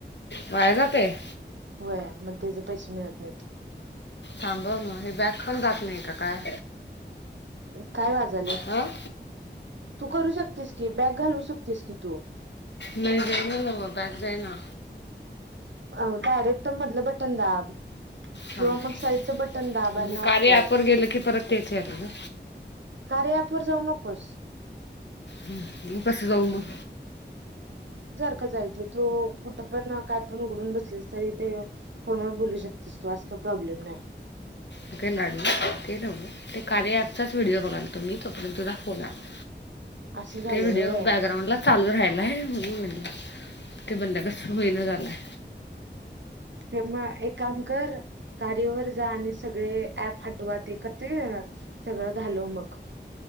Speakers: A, on the left; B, on the right.
A: वाया जातंय?
B: होय मग त्याचे पैसे मिळत नाहीत.
A: थांब हां म हे बॅक पण जात नाही का काय?
B: काय वाजालय,
A: हं
B: तू करू शकतीस की बॅक घालवू शकतीस की तू.
A: नाही जाईना नव बॅक जाईना.
B: अ डायरेक्ट मधलं बटन दाब.
A: हां
B: किंवा
A: आणि
B: मग साईडचं बटन दाब आणि
A: कार्या
B: ऑफ कर
A: ॲप वर गेलं की परत तेच यालय ग.
B: कार्या ॲप वर जाऊ नकोस.
A: हम्म म कसं जाऊ मग?
B: जायती तु कुठं पण काय पण उघडून बसलीस तरी ते, फोनवर बोलू शकतेस तू असं काय प्रॉब्लेम नाही.
A: ते काय लाडू ते नवं ते कार्य ऍपचाच व्हिडिओ बघालतो मी तोपर्यंत तुझा फोन आला.
B: असं झालं
A: ते व्हिडिओ
B: व्हय.
A: बॅकग्राउंडला चालू राहिलाय आहे म्हणून म्हणलं. ते बंद कसं होईना झालंय?
B: ते म एक काम कर. कार्यावर जा आणि सगळे ऍप हटवा ते एकत्र सगळं घालव मग. <inaudible>